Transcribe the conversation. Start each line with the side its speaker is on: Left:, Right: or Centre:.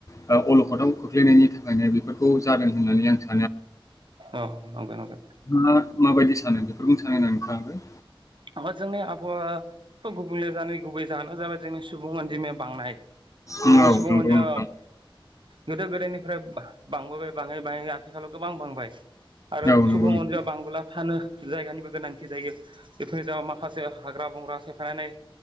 Left: <unintelligible> अलखदाव खोख्लैनायनि थाखायनो बेफोरखौ जादों होननानै आं सानोदों
Right: औ नगाय नंगोन <unintelligible>
Left: नोंथाङा माबायदि सानो बेफोरखौनो सानोना नोंथां
Right: ओमफ्राइ जोंनि आबहावा'थ गुबुंले जानाय गुबै जाहानोा जाबाय जोंनि सुबुं अनजिमाया बांनाय
Left: औ
Right: जोंनि सुबुं
Left: नंगौ
Right: ओ अनजया
Left: नोंथां।
Right: गोदो गोदायनिफ्राय बांबोबाय बाङै बाङै आथिखालाव गोबां बांबाय आरो
Left: औ नंगौ नोंथां।
Right: सुबुं अनजिाया बांबोला थानो जायगानिबो गोनांथि जायो बेफोर जाब माखासे हाग्रा बंग्रा सेफायनानै